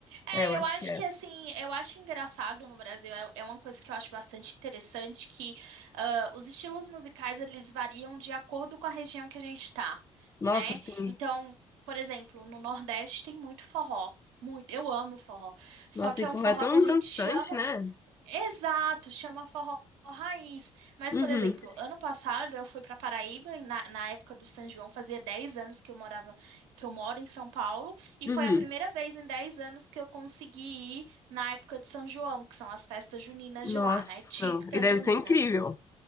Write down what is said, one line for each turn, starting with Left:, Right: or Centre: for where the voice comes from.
Right: É,
Left: É, eu
Right: eu
Left: acho
Right: acho
Left: que é.
Right: que assim, eu acho engraçado no Brasil, é, é uma coisa que eu acho bastante interessante, que ah, os estilos musicais eles variam de acordo com a região que a gente tá,
Left: Nossa,
Right: né?
Left: assim,
Right: Então, por exemplo, no Nordeste tem muito forró. Muito, eu amo forró. Só
Left: nossa,
Right: que
Left: e
Right: é um
Left: porra,
Right: forró
Left: é tão
Right: que a gente
Left: dançante,
Right: chama
Left: né?
Right: Exato, chama forró raiz. Mas,
Left: Uhum,
Right: por exemplo, ano passado eu fui para Paraíba, e na, na época do São João, fazia 10 anos que eu morava, que eu moro em São Paulo, e
Left: uhum.
Right: foi a primeira vez em 10 anos que eu consegui ir na época de São João, que são as festas juninas
Left: Nossa,
Right: de lá, né? Típicas
Left: e deve
Right: juninas.
Left: ser incrível.